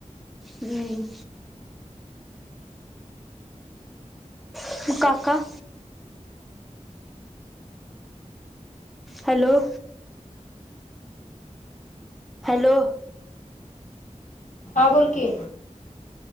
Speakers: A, in the centre; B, on the left.
A: हम्म. मग काका. हॅलो. हॅलो.
B: हा बोल की